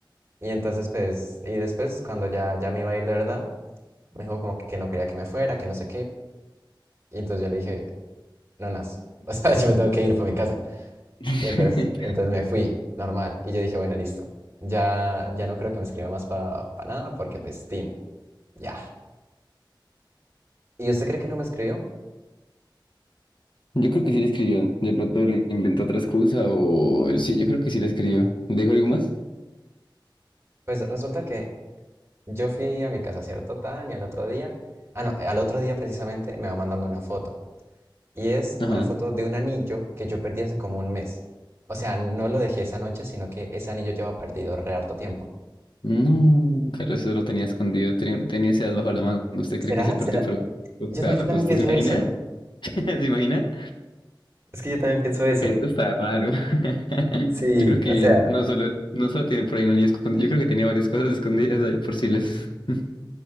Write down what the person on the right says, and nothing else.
Y entonces, pues, y después, cuando ya, ya me iba a ir de verdad, me dijo como que, que no quería que me fuera, que no sé qué. Y entonces yo le dije, no, nas, <laughs> o sea, yo me tengo que ir para mi casa.
Y entonces, entonces me fui, normal. Y yo dije, bueno, listo. Ya, ya no creo que me escriba más para nada porque, pues, tin, ya. ¿Y usted cree que no me escribió?
Pues resulta que yo fui a mi casa, ¿cierto, Tan? Y al otro día, ah, no, al otro día precisamente me va mandando una foto. Y es
una foto de un anillo que yo perdí hace como un mes. O sea, no lo dejé esa noche, sino que ese anillo lleva perdido re harto tiempo.
¿Será?
¿Será?
Yo,
ta- yo también
pienso
eso.
Es que yo también pienso eso.
Sí,
o sea,